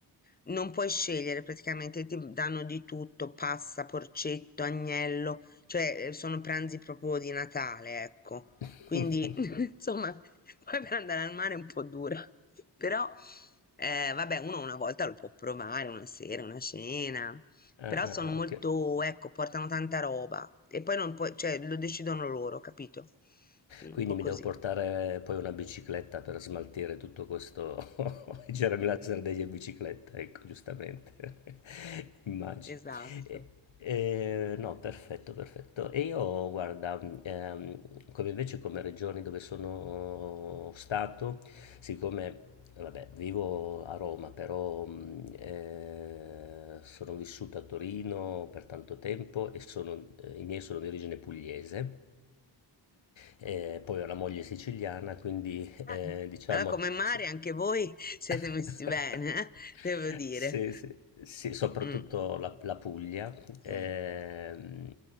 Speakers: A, on the left (about 20°); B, on the left (about 80°).
A: non puoi scegliere praticamente, ti danno di tutto, pasta, porcetto, agnello cioè, eh, sono pranzi proprio di Natale, ecco.
B: <laughs>
A: Quindi, <laughs> insomma, poi per andare al mare è un po' dura. <laughs> Però, eh, vabbè, uno una volta lo può provare, una sera, una cena.
B: Ah,
A: Però
B: ah,
A: sono
B: ah,
A: molto,
B: ok.
A: ecco, portano tanta roba. E poi non puoi, cioè, lo decidono loro, capito? Un
B: Quindi
A: po'
B: mi
A: così.
B: devo portare poi una bicicletta per smaltire tutto questo <laughs> germe degli in bicicletta, ecco, giustamente, <laughs> immagino.
A: Esatto.
B: E- e- no, perfetto, perfetto. E io, guarda, ehm, come invece come regioni dove sono stato, siccome, vabbè, vivo a Roma, però mh, eh, sono vissuto a Torino per tanto tempo e sono- eh, i miei sono di origine pugliese. E poi ho una moglie siciliana, quindi, ehm,
A: Eh,
B: diciamo
A: Allora, come mare,
B: sì.
A: anche voi <laughs> siete
B: <laughs>
A: messi bene, eh, Devo dire.
B: Sì, sì, sì, soprattutto
A: Mm.
B: la la Puglia, ehm,
A: Mm.